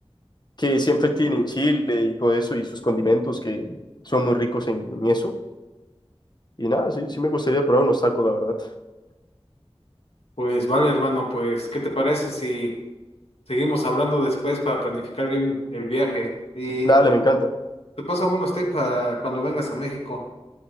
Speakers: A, on the left (about 45°); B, on the left (about 75°).
A: que siempre tienen chile y todo eso y sus condimentos que son muy ricos en en eso. Y nada, sí, sí me gustaría probar unos tacos, la verdad.
B: Pues vale, hermano, pues, ¿qué te parece si... Seguimos hablando después para planificar bien el viaje. Y
A: Dale, me encanta.
B: te paso algunos tips para cuando vengas a México.